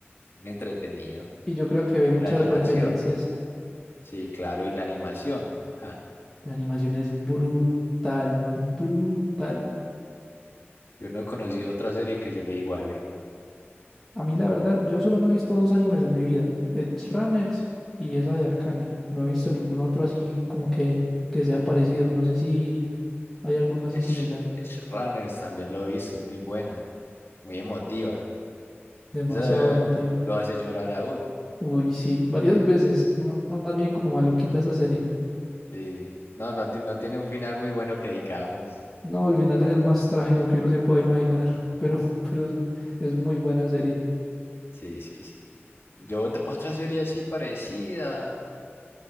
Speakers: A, on the left; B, in the centre.
A: muy entretenido.
B: Y yo creo que ve
A: Y
B: muchas
A: la animación,
B: referencias.
A: sí, claro, y la animación. ja,
B: La animación es brutal, brutal.
A: Yo no he conocido otra serie que se le iguale.
B: A mí la verdad, yo solo me he visto dos animes en mi vida, Edge Runners y esa de Arcane. No he visto ningún otro así como que, que sea parecido. No sé si hay alguno así
A: Edge,
B: similar.
A: Edge Runners también lo he visto, es muy buena, muy emotiva.
B: Demasiado
A: Esa
B: emotiva.
A: eh, lo hace llorar a uno.
B: Uy, sí, varias veces. No- no, más bien como maluquita esa serie.
A: Sí. No, no, ti- no tiene un final muy bueno que digamos.
B: No, el final es el más trágico que uno se pueda imaginar, <laughs> pero, pero es, es muy buena serie.
A: Sí, sí, sí. Yo otra, otra serie así parecida,